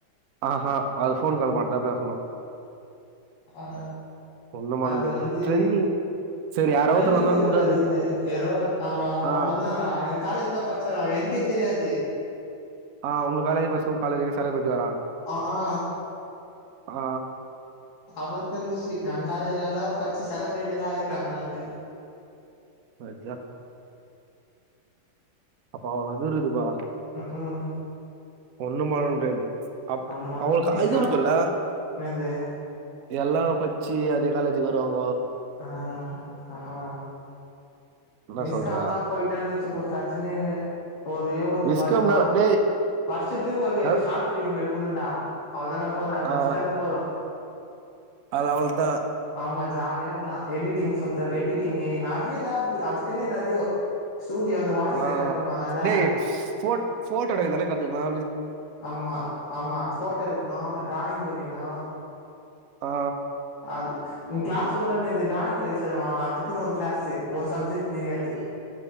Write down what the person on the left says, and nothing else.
ஆ
அது
வந்து
ட்ரெண்டிங்
தீவிரவாதி
இல்ல யாரோ அவ
அவ தா எ காலேஜ் தா பச் சா எனக்கே தெரியாது
அ ஆ
அப்பதா தெரிஞ்சிச்சு ஏ காலேஜ்லலா பச்சு செலப்ரேட்டில்லா ஆயிருக்காங்களான்ட்டு
ம் ம்
ஆமா
விஸ்காம்
என்னது
ஆ அ ஆ
விஸ்காம்லா
போயிட்டானு வச்சுக்கோ ப்ரச்சனேயில ஒரே ஒரு
பயம் மா
வருஷத்துக்கு ஒரு
ஷார்ட் ஃபிலிம் எடுக்கணும்டா அவ்ளோதா போது
முடிச்சிட்டாலே போது
ஆமா ஜாலியாருக்கலா எடிட்டிங் சொல்லிட்டரு எடிட்டிங்கு நெறய லேப்க்கு அதுக்குன்னே நெறய ஸ்டூடியோ இந்த வாய்ஸ்
ரெக்கார்ட் பண்ணுவாங்கல்ல
ஆமா ஆமா ஃபோட்டோ எடுக்கணோ டிராயிங் வரிணோ
அ க்ளாஸ் கூட டிராயிங் வரி சொல்வாங்களா அதுக்குன்னு ஒரு க்ளாஸு ஒரு சப்ஜெக்ட் மாரி அது